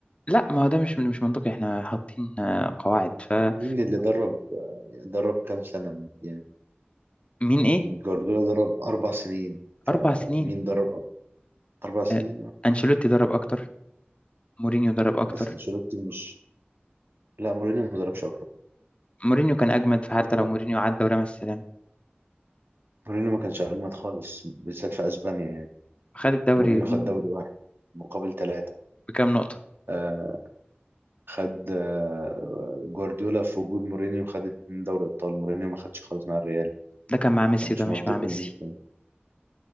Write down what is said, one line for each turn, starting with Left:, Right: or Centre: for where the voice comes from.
Left: لا ما هو ده مش مش منطقي احنا حاطين آه، قواعد فمين
Right: مين اللي درب يعني درب كام سنة يعني
Left: ايه
Right: جوارديولا درب أربع سنين
Left: أربع
Right: فمين
Left: سنين
Right: درب أكتر؟ أربع سنين
Left: آه، أنشيلوتي درب أكتر مورينيو درب أكتر
Right: بس أنشيلوتي مش لا مورينيو ما دربش
Left: مورينيو كان أجمد فحتى
Right: أكتر
Left: لو مورينيو عدى ورمى السلام
Right: مورينيو ما كانش أجمد خالص بالذات في أسبانيا يعني
Left: خد الدوري
Right: مورينيو خد
Left: منه
Right: دوري واحد مقابل ثلاثة
Left: بكام نقطة
Right: آه خد آه جوارديولا في وجود مورينيو خد اتنين دوري أبطال مورينيو ما خدش خالص مع الريال
Left: ده كان مع ميسي
Right: فمش
Left: وده مش
Right: منطقي
Left: مع ميسي
Right: إن أنت